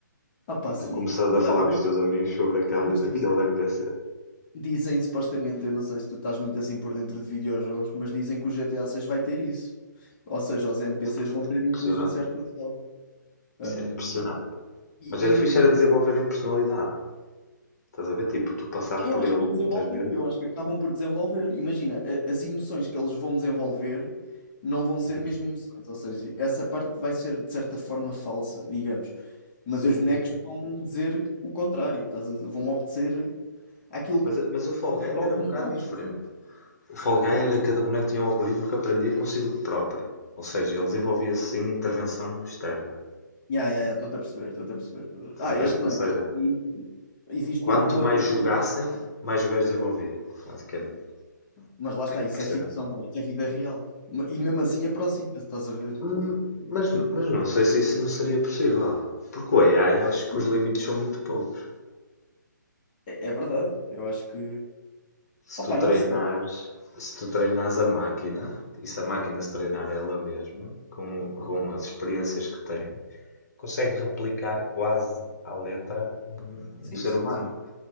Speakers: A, on the left; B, on the left.
A: Ah pá,
B: e tu
A: sim.
B: começares
A: Mas,
B: a falar
A: olha, mas,
B: com os teus amigos sobre aquele,
A: mas diz,
B: aquele NPC.
A: Dizem supostamente, eu não sei se tu estás muito assim por dentro de videojogos, mas dizem que o GTA 6 vai ter isso. Ou seja, os NPCs
B: Isso
A: vão
B: era
A: ter
B: impressionante.
A: inteligência artificial. Um,
B: Isso era impressionante.
A: e,
B: Mas era
A: e-
B: fixe
A: e
B: era desenvolverem personalidade. Estás a ver? Tipo, tu passares
A: eu
B: por
A: acho
B: ele
A: que vão desenvolver,
B: muitas vezes.
A: eu acho que acabam por desenvolver. Imagina, a- as emoções que eles vão desenvolver não vão
B: Uhum.
A: ser mesmo emoções, ou seja, essa parte vai ser de certa forma falsa, digamos. Mas
B: Sim,
A: os bonecos
B: sim, sim.
A: vão dizer o contrário, estás a- vão obedecer àquilo
B: Mas,
A: que
B: mas o Fall
A: vão
B: Guy
A: ser
B: ainda
A: automatados,
B: era um bocado diferente.
A: no fim.
B: O Fall Guy era cada boneco tinha um algoritmo que aprendia consigo próprio. Ou seja, ele desenvolvia-se sem intervenção externa.
A: Ya, ya, ya, estou-te a perceber, estou-te a perceber. estou-te
B: Estás
A: a- Ah,
B: a
A: este
B: ver?
A: não.
B: Ou seja,
A: Este existe
B: Quanto
A: toda uma
B: mais
A: patente.
B: jogassem, mais o gajo desenvolvia, basicamente.
A: Mas lá está,
B: Bem impressionante.
A: isso é ficção, pá, isto é vida real. Ma- E mesmo assim aproxima-se, estás a ver?
B: Hum, Mas, n- mas não sei se isso não seria possível. Porque o AI
A: Opa,
B: acho que
A: sim,
B: os limites são muito poucos.
A: É, é verdade, eu acho que.
B: Se
A: Opa,
B: tu treinares,
A: não sei.
B: se tu treinares a máquina, e se a máquina se treinar ela mesma, com, com as experiências que tem, consegue replicar quase à letra
A: Sim,
B: um ser
A: sim,
B: humano.
A: sim,